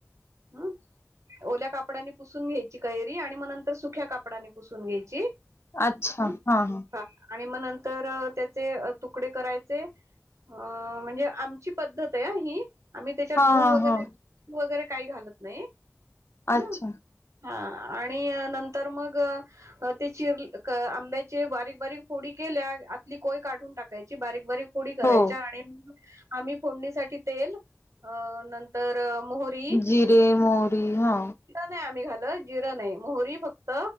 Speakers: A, on the right; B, on the left.
A: ह ओल्या कापडानी पुसून घ्यायची कैरी, आणि मग नंतर सुख्या कापडाने पुसून घ्यायची
B: अच्छा
A: ह
B: हा हा!
A: आणि म नंतर त्याचे तुकडे करायचे अ म्हणजे आमची पद्धत आहे ही आम्ही त्याच्यात
B: हा
A: गुळ
B: हा
A: वगैरे,
B: हा
A: वगैरे, काही घालत नाही
B: अच्छा
A: ह हा आणि नंतर मग ते चिर आंब्याचे बारीक, बारीक, फोडी केल्या आतली कोय काढून टाकायची, बारीक, बारीक फोडी करायच्या
B: हो.
A: आणि, आम्ही फोडणीसाठी आ तेल नंतर मोहरी
B: जिरे, मोहरी हा
A: नाही आम्ही घाल जिर नाही मोहरी फक्त,